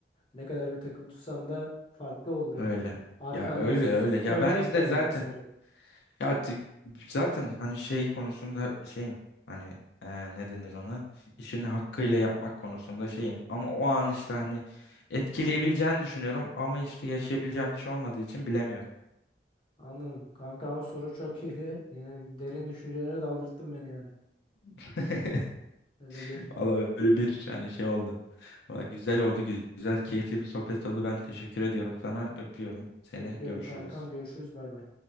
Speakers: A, on the left (about 30°); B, on the left (about 75°).
A: Ne kadar bir takım tutsan da farklı olur yani.
B: öyle.
A: Arkandan
B: Ya öyle öyle. Ya
A: sövecekler
B: ben de zaten
A: yani kısaca.
B: ya t- zaten hani şey konusunda şeyim. Hani e, ne denir ona? İşini hakkıyla yapmak konusunda şeyim. Ama o an işte hani etkileyebileceğini düşünüyorum ama işte yaşayabileceğim bir şey olmadığı için bilemiyorum.
A: Anladım. Kanka ama soru çok iyiydi. Yine derin düşüncelere daldırttın beni yani.
B: <laughs>
A: Öyle diyeyim.
B: Valla öyle bir hani şey oldu. Valla güzel oldu, güzel, keyifli bir sohbet oldu. Ben teşekkür ediyorum sana. Öpüyorum seni.
A: Öpüyorum
B: Görüşürüz.
A: kankam. Görüşürüz. Bay bay.